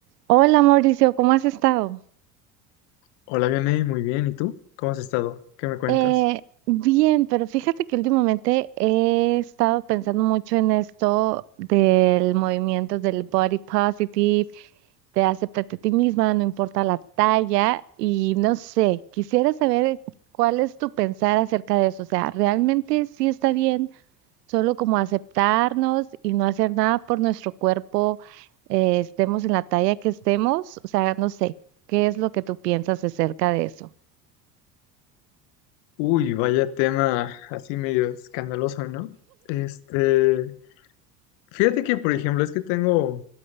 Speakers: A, on the right; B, on the left.
A: Hola Mauricio, ¿cómo has estado?
B: Hola, Vianey, muy bien. ¿Y tú? ¿Cómo has estado? ¿Qué me cuentas?
A: Eh, bien, pero fíjate que últimamente he estado pensando mucho en esto del movimiento del body positive, de acéptate a ti misma, no importa la talla, y no sé, quisiera saber cuál es tu pensar acerca de eso. O sea, ¿realmente sí está bien solo como aceptarnos y no hacer nada por nuestro cuerpo, eh, estemos en la talla que estemos? O sea, no sé, ¿qué es lo que tú piensas acerca de eso?
B: Uy, vaya tema así medio escandaloso, ¿no? Este, fíjate que, por ejemplo, es que tengo